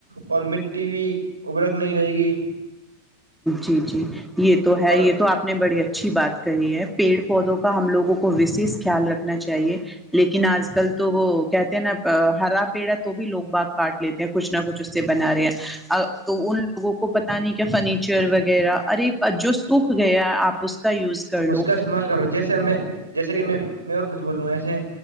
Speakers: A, on the right; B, in the centre.
A: اور مٹی بھی ابرک نہیں رہے گی
B: جی جی یہ تو ہے
A: اور
B: یہ تو آپ نے بڑی اچھی بات کہی ہے پیڑ پودوں کا ہم لوگوں کو وشش خیال رکھنا چاہیے لیکن آج کل تو وہ کہتے ہیں نا ہرا پیڑا تو بھی لوگ باغ کاٹ لیتے ہیں کچھ نہ کچھ اس سے بنا رہے ہیں تو ان لوگوں کو پتا نہیں کیا فرنیچر وغیرہ ارے جو سوکھ گیا آپ اس کا یوز کر لو
A: اس کا استعمال کرو جیسے ہم میں جیسے کہ میں میں اور کچھ بول رہوں ہ ایسے